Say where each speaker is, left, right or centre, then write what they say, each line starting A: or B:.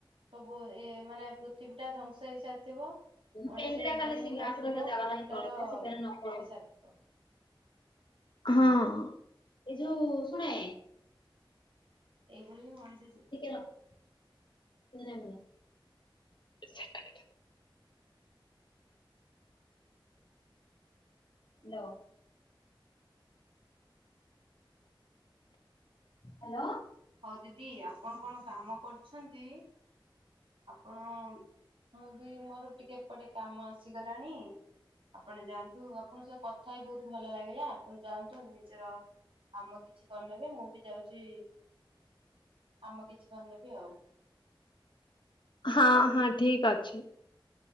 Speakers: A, on the right (about 80°); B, on the left (about 60°).
A: ସବୁ ଏ ମାନେ ପୃଥିବୀଟା ଧ୍ଵଂସ ହେଇ ସାରିଥିବ। ମଣିଷ
B: ପେଣ୍ଡିଟା
A: ଜୀବନ
B: ଖାଲି ସେ
A: ହିଁ
B: ଗ୍ୟାସ
A: ନଥିବ
B: ରଖିବା ଜାଗା ନାହିଁ
A: ଟୁଟାଲ
B: ତଳେ ତ
A: ତୁଟି
B: ସେଥିପାଇଁ ନ କରୁ।
A: ସାରିଥିବ।
B: ହଁ ଏ ଯୋଉ ଶୁଣେ
A: ଏଇଭଳି ମଣିଷ ଜୀ
B: <unintelligible> ହାଲୋ। ହାଲୋ।
A: ହଉ ଦିଦି ଆପଣ କଣ କାମ କରୁଛନ୍ତି? ଆପଣ, ମୁଁ ବି ମୋର ଟିକେ ଏପଟେ କାମ ଆସିଗଲାଣି ଆପଣ ଯାଆନ୍ତୁ, ଆପଣଙ୍କ ସହ କଥା ହୋଇ ବହୁତ ଭଲ ଲାଗିଲା, ଆପଣ ଯାଆନ୍ତୁ ନିଜର କାମ କିଛି କରିନେବେ, ମୁଁ ବି ଯାଉଛି କାମ କିଛି କରିନେବି ଆଉ।
B: ହଁ ହଁ ଠିକ ଅଛି।